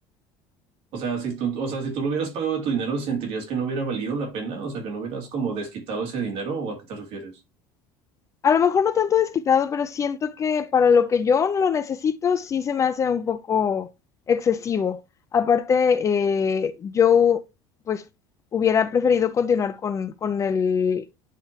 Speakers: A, on the right; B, on the left.
A: O sea, si tú, o sea, si tú lo hubieras pagado de tu dinero, ¿sentirías que no hubiera valido la pena? O sea, que no hubieras como desquitado ese dinero, ¿o a qué te refieres?
B: A lo mejor no tanto desquitado, pero siento que para lo que yo lo necesito sí se me hace un poco excesivo. Aparte, eh, yo pues hubiera preferido continuar con, con el...